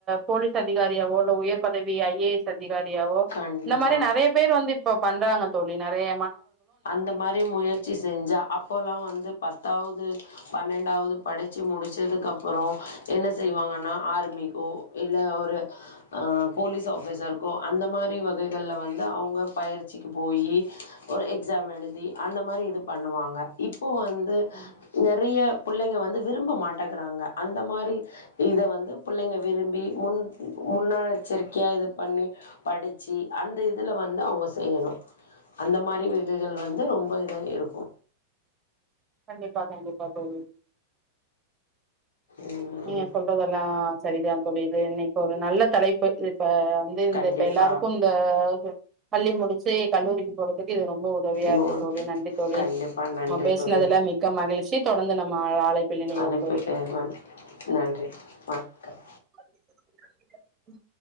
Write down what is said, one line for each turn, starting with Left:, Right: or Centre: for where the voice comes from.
Right: போலீஸ் அதிகாரியாவோ இல்ல உயர் பதவி ஐ ஏ எஸ் அ திகாரியாவோ
Left: கண்டிப்பா
Right: இந்த மாரி நறைய பேர் வந்து இப்ப பண்றாங்க தோழி நறய
Left: அந்த மாரி முயற்சி செஞ்சா அப்பொல்லா வந்து பத்தாவுது பன்னென் டாவுது படிச்சி முடுச்சதுக்கப்பறொ என்ன செய்வாங்கன்னா ஆர்மிக்கோ இல்ல ஒரு அ போலிஸ் ஆஃபிசர்கோ அந்த மாரி வகைகள்ல வந்து அவுங்க பயிர்ச்சிக்கு போயி ஒரு எக் ஸாம் எழுதி அந்த மாரி இது பண்ணுவாங்க இப் போ வந்து
Right: ம்.
Left: நெறைய புள்ளைங்க வந்து விரும்ப மாட்டக்கிறாங்க அந்த மாரி இத வந்து புள்ளங்க விரும்பி முன் முன்னாச்சரிக்கையா இது பண்ணி படுச்சி அந்த இதுல வந்து அவுங்க செய்யணு அந்த மாரி வி கள் வந்து ரொம்ப இதா இருக்கு
Right: கண்டிபா கண்டிபா தோழி
Left: ம்
Right: நீங்க சொல்றதலா சரிதா தோழி இது இன்னைக் ஒரு நல்ல தலைப்பு இது இப்ப வந்து இந்த
Left: கண்டிப்பா
Right: இப்ப எல்லாருக்கு இந்த பள்ளி முடிச்சி கல்லூரிக்கு போறதுக்கு இது ரொம் போ உதவியா
Left: மோ
Right: இருக்கு தோழி நன்றி தோழி
Left: கண்டிப்பா நன்றி
Right: நம் பேசினதுல
Left: தோழி
Right: மிக்க மகிழ்ச்சி தொடர்ந்து நம்ம ஆலைப்பிலினைவோம்
Left: அழைப்பு
Right: தோழி
Left: பெறுவேன். நன்றி வண்க்கம்
Right: ம்